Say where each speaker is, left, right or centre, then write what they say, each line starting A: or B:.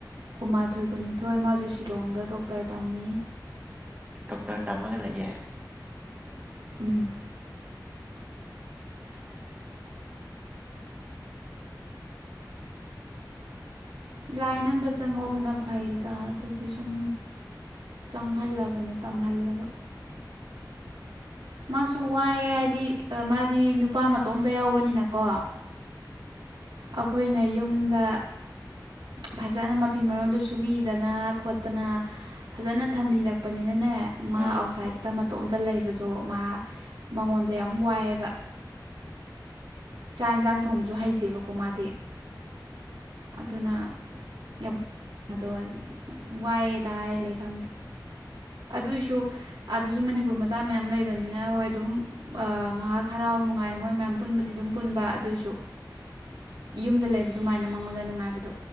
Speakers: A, on the right; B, on the right.
A: ꯀꯨꯟꯃꯥꯊꯣꯏ ꯀꯨꯟꯅꯤꯊꯣꯏ ꯃꯥꯁꯨ ꯁꯤꯂꯣꯡꯗ ꯗꯣꯛꯇꯔ ꯇꯝꯃꯤ
B: ꯗꯣꯛꯇꯔ ꯇꯝꯃꯒ ꯂꯩꯌꯦ
A: ꯎꯝ
B: <unintelligible>
A: ꯂꯥꯏꯟ ꯑꯃꯝꯗ ꯆꯪꯍꯧꯕꯅ ꯐꯩꯗ ꯑꯗꯨꯒꯤ ꯁꯨꯝ ꯆꯪꯍꯜ ꯂꯕꯅꯦ ꯇꯝꯍꯜꯂꯕ ꯃꯥꯁꯨ ꯋꯥꯏꯑ ꯍꯥꯏꯗꯤ ꯃꯥꯗꯤ ꯅꯨꯄꯥ ꯃꯇꯣꯝꯇ ꯌꯥꯎꯕꯅꯤꯅꯀꯣ ꯑꯩꯈꯣꯏꯅ ꯌꯨꯝꯗ ꯐꯖꯅ ꯃꯐꯤ ꯃꯔꯣꯟꯗꯣ ꯁꯨꯕꯤꯗꯅ ꯈꯣꯠꯇꯅ ꯐꯖꯅ ꯊꯝꯕꯤꯔꯛꯄꯅꯤꯅꯅꯦ ꯃꯥ
B: ꯎꯝ
A: ꯑꯥꯎꯁꯥꯏꯗ ꯃꯇꯣꯝ ꯂꯩꯕ ꯑꯗꯣ ꯃꯥ ꯃꯉꯣꯟꯗ ꯌꯥꯝ ꯋꯥꯏꯑꯦꯕ ꯆꯥꯛ ꯌꯦꯟꯁꯥꯡ ꯊꯣꯡꯕꯁꯨ ꯍꯩꯇꯦꯕꯀꯣ ꯃꯥꯗꯤ ꯑꯗꯨꯅ ꯌꯥꯝ ꯑꯗꯣ ꯋꯥꯏꯑꯦꯗ ꯍꯥꯏꯔꯂꯦ ꯈꯪꯗꯦ ꯑꯗꯨꯏꯁꯨ ꯑꯗꯨꯁꯨ ꯃꯅꯤꯄꯨꯔ ꯃꯆꯥ ꯃꯌꯥꯝ ꯂꯩꯕꯅꯤꯅ ꯍꯣꯏ ꯑꯗꯨꯝ ꯉꯥꯏꯍꯥꯛ ꯍꯔꯥꯎ ꯅꯨꯡꯉꯥꯏꯅ ꯃꯣꯏ ꯃꯌꯥꯝ ꯄꯨꯟꯕꯗꯤ ꯑꯗꯨꯝ ꯄꯨꯟꯕ ꯑꯗꯨꯏꯁꯨ ꯌꯨꯝꯗ ꯂꯩꯕ ꯑꯗꯨꯃꯥꯏꯅ ꯃꯉꯣꯟꯗ ꯅꯨꯡꯉꯥꯏꯕꯗꯣ